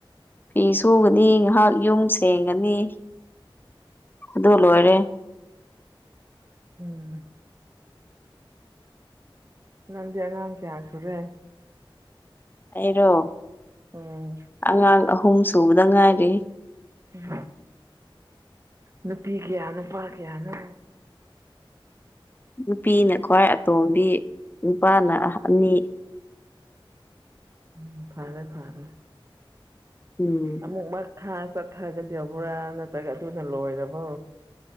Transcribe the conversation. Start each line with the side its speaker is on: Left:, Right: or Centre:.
Left: ꯐꯤ ꯁꯨꯒꯅꯤ ꯉꯥꯏꯍꯥꯛ ꯌꯨꯝ ꯁꯦꯡꯒꯅꯤ ꯑꯗꯨ ꯂꯣꯏꯔꯦ
Right: ꯎꯝ ꯅꯪꯗꯤ ꯑꯉꯥꯡ ꯀꯌꯥ ꯁꯨꯔꯦ
Left: ꯑꯩꯔꯣ
Right: ꯎꯝ
Left: ꯑꯉꯥꯡ ꯑꯍꯨꯝ ꯁꯨꯕꯗ ꯉꯥꯏꯔꯤ
Right: ꯎꯝ ꯅꯨꯄꯤ ꯀꯌꯥ ꯅꯨꯄꯥ ꯀꯌꯥꯅꯣ
Left: ꯅꯨꯄꯤꯅ ꯈ꯭ꯋꯥꯏ ꯑꯇꯣꯝꯕꯤ ꯅꯨꯄꯥꯅ ꯑꯅꯤ
Right: ꯎꯝ ꯐꯔꯦ ꯐꯔꯦ
Left: ꯎꯝ
Right: ꯑꯃꯨꯛꯃꯛ ꯈꯥ ꯆꯠꯊꯔꯒꯗꯤꯕ꯭ꯔꯥ ꯅꯠꯇ꯭ꯔꯒ ꯑꯗꯨꯅ ꯂꯣꯏꯔꯕꯣ